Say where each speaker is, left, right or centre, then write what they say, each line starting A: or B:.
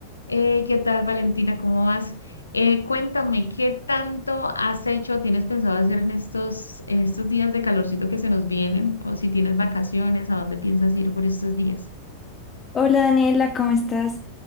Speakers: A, on the left (about 80°); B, on the left (about 20°).
A: Eh, ¿qué tal, Valentina? ¿Cómo vas? Eh, cuéntame, ¿qué tanto has hecho, tienes pensado hacer en estos, en estos días de calorcito que se nos vienen? O si tienes vacaciones, ¿a dónde piensas ir por estos días?
B: Hola Daniela, ¿cómo estás?